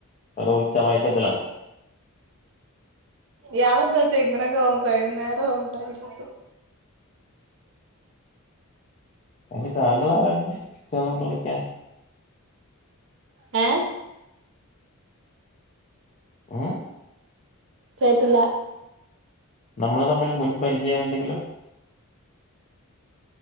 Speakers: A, on the left; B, on the right.
A: അതോ ഉച്ചമയക്കത്തിലാണോ
B: ഇയാളെന്താച്ച ഇങ്ങനൊക്കെ സംസാരിക്കുന്നെ നേരെ സംസാരിക്കച്ച <inaudible>
A: അയിന് താങ്കളാരാണ് അച്ഛാന്നൊക്കെ വിളിക്കാൻ
B: ഏ
A: ഏഹ്
B: കേട്ടില്ല
A: നമ്മള് തമ്മിൽ മുൻപരിചയമെന്തെങ്കിലും